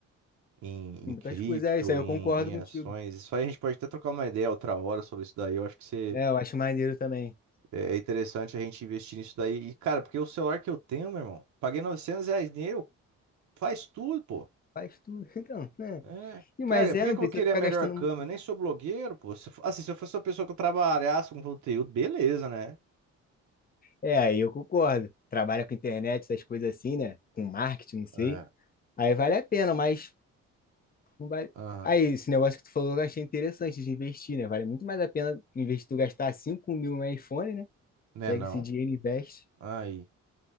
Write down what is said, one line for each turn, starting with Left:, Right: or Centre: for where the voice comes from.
Right: em,
Left: Tem
Right: em
Left: muitas
Right: cripto,
Left: coisas, é isso aí,
Right: em,
Left: eu concordo
Right: em
Left: contigo.
Right: ações. Isso aí a gente pode até trocar uma ideia outra hora sobre isso daí. Eu acho que você-
Left: É, eu acho maneiro também.
Right: é é interessante a gente investir nisso daí. E, cara, porque o celular que eu tenho, meu irmão, paguei 900 reais nele, eu- faz tudo, pô.
Left: Faz tudo, <laughs> então, né?
Right: É.
Left: E,
Right: Cara,
Left: Mas
Right: por
Left: é,
Right: que
Left: não
Right: que
Left: precisa
Right: eu vou querer
Left: ficar
Right: a melhor
Left: gastando
Right: câmera?
Left: muito.
Right: Eu nem sou blogueiro, pô. Se, eu fo- assim, se eu fosse uma pessoa que eu trabalhasse com conteúdo, beleza, né?
Left: É, aí eu concordo. Trabalha com internet, essas coisas assim, né? Com marketing, não sei.
Right: É.
Left: Aí vale a pena, mas não vale.
Right: Aham.
Left: Aí, esse negócio que tu falou, eu achei interessante de investir, né? Vale muito mais a pena investir tu gastar 5 mil no iPhone, né?
Right: Né,
Left: Pega
Right: não?
Left: esse dinheiro e investe.
Right: Aí.